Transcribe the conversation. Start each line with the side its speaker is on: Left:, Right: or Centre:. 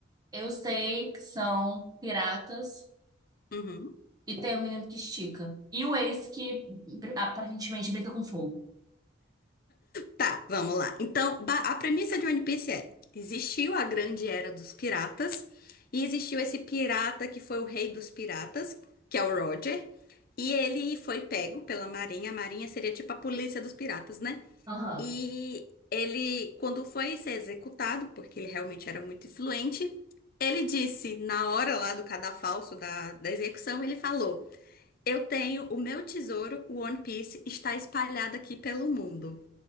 Right: eu sei que são piratas
Left: Uhum.
Right: e tem um menino que estica. E o Ace que br- aparentemente brinca com fogo.
Left: Tá, vamos lá. Então, ba- a premissa de One Piece é: existiu a grande era dos piratas, e existiu esse pirata que foi o rei dos piratas, que é o Roger, e ele foi pego pela Marinha. A Marinha seria tipo a polícia dos piratas, né?
Right: Aham.
Left: E ele, quando foi ser executado, porque ele realmente era muito influente, ele disse, na hora lá do cadafalso da, da execução, ele falou: Eu tenho o meu tesouro, o One Piece, está espalhado aqui pelo mundo.